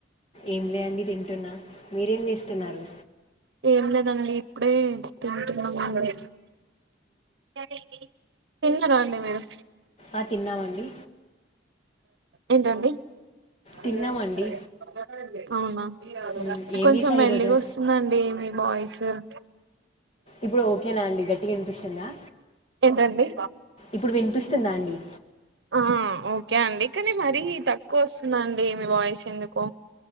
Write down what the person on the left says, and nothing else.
ఏం లే అండి తింటున్నా మీరేం చేస్తున్నారు
ఆ తిన్నామండి
తిన్నామండి
మ్, ఏం
చేశారు
ఈరోజు
ఇప్పుడు ఓకేనా అండి గట్టిగా వినిపిస్తుందా
ఇప్పుడు వినిపిస్తుందా అండి